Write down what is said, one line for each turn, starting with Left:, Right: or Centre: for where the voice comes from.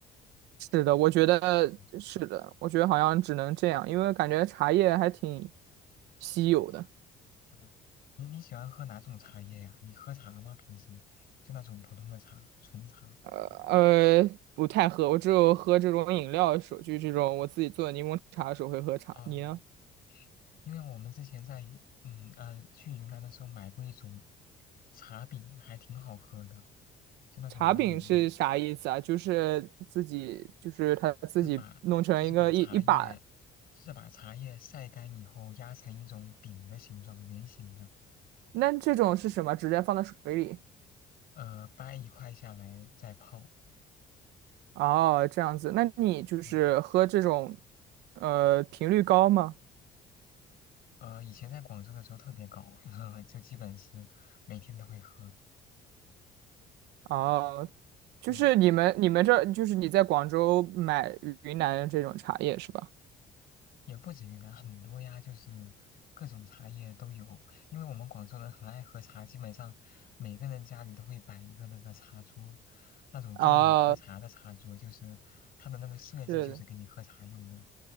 Right: 是的，我觉得是的，
Left: 嗯
Right: 我觉得好像只能这样，因为感觉茶叶还挺稀有的。
Left: 嗯，你你喜欢喝哪种茶叶呀？你喝茶吗？平时就那种普通的茶，纯茶。
Right: 呃呃，不太喝，我只有喝这种饮料的时候，就是这种我自己做的柠檬茶的时候会喝茶。
Left: 哦，
Right: 你呢？
Left: 因为我们之前在云嗯呃去云南的时候买过一种茶饼，还挺好喝的，就那种圆圆的，
Right: 茶饼是啥意思啊？就是自己，就是他自己弄成一个一一把，
Left: 就是把就是把茶叶就是把茶叶晒干以后压成一种饼的形状，圆形的，
Right: 那这种是什么？直接放在水里？
Left: 呃，掰一块下来再泡。
Right: 哦，这样子，那你就是喝这种，
Left: 对，
Right: 呃，频率高吗？
Left: 呃，以前在广州的时候特别搞，<laughs> 就基本是每天都会喝。
Right: 哦，就是你们你们这就是你在广州买云南的这种茶叶是吧？
Left: 对，也不止云南，很多呀，就是各种茶叶都有。因为我们广州人很爱喝茶，基本上每个人家里都会摆一个那个茶桌，那种专门喝茶的茶桌，
Right: 啊，
Left: 就是它的那个设计就是给你喝茶用的，
Right: 是的，